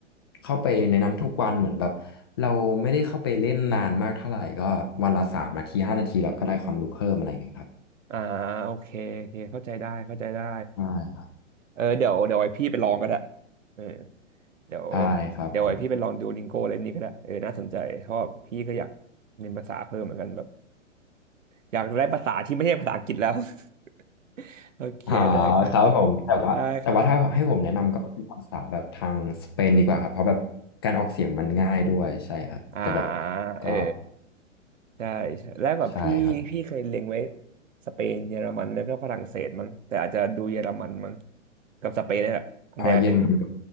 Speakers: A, on the left (about 20°); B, on the right (about 75°).
A: เข้าไปในนั้นทุกวันเหมือนแบบเราไม่ได้เข้าไปเล่นนานมากเท่าไหร่ก็วันละสามนาทีห้านาทีเราก็ได้ความรู้เพิ่มอะไรอย่างเงี้ยครับ
B: อ่าโอเคโอเคเข้าใจได้เข้าใจได้
A: ใช่ครับ
B: เออเดี๋ยวเดี๋ยวไอพี่ไปลองก็ได้เออเดี๋ยว
A: ใช่ครับผม
B: เดี๋ยวไอพี่ไปลองดูลิงโกอะไรนี่ก็ได้เออน่าสนใจเพราะว่าพี่ก็อยากเรียนภาษาเพิ่มเหมือนกันแบบอยากได้ภาษาที่ไม่ใช่ภาษาอังกฤษแล้ว <laughs> โอเคได้ครับ
A: อ๋อครับผมแต่ว่าแต่ว่าถ้าให้ผมแนะนำก็เป็นภาษาแบบทางสเปนดีกว่าครับเพราะแบบการออกเสียงมันง่ายด้วยใช่ครับแต่แบบ
B: ได้ครับอ่าเออ
A: ก็
B: ใช่ใช่แล้วแบบพี่พี่เคยเล็งไว้
A: ใช่ครับ
B: สเปนเยอรมันแล้วก็ฝรั่งเศสมั้งแต่อาจจะดูเยอรมันมั้งกับสเปนนี่แหละอันใดอันหนึ่ง
A: อาะเยอรมันกับ